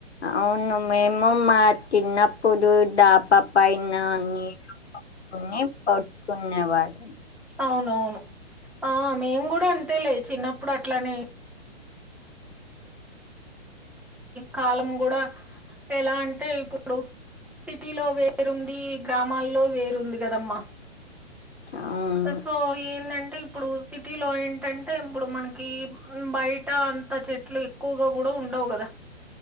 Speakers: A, on the left; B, in the centre.
A: అవును మేము మా చిన్నపుడు డాబా పైన నీ పట్టుకుని పడుకునే వాళ్ళం
B: అవునవును ఆ మేము కూడా అంతేలే చిన్నప్పుడు అట్లానే కాలం కూడా ఎలా అంటే ఇప్పుడు సిటీలో వేరుంది గ్రామాల్లో వేరుంది కదమ్మా
A: అవును
B: సో ఎందంటే ఇ ప్పుడు సిటీలో ఏంటంటే ఇప్పుడు మనకి బయట అంత చెట్లు ఎక్కువగా కూడా ఉండవు కదా